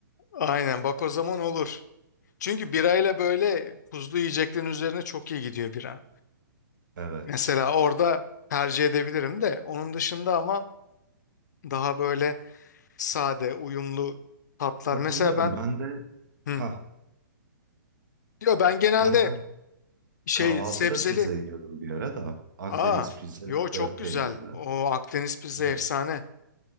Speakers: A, on the left; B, on the right.
A: Aynen bak o zaman olur. Çünkü birayla böyle tuzlu yiyeceklerin üzerine çok iyi gidiyor bira.
B: Evet.
A: Mesela orada tercih edebilirim de onun dışında ama daha böyle sade, uyumlu tatlar.
B: Katılıyorum.
A: Mesela ben
B: Ben de
A: hı.
B: ha
A: Yo ben genelde
B: ben kah-
A: şey
B: kahvaltıda
A: sebzeli.
B: pizza yiyordum bir ara da. Akdeniz
A: Aa,
B: pizza
A: yo
B: ya da
A: çok
B: dört
A: güzel.
B: peynirli.
A: O Akdeniz pizza
B: Evet.
A: efsane.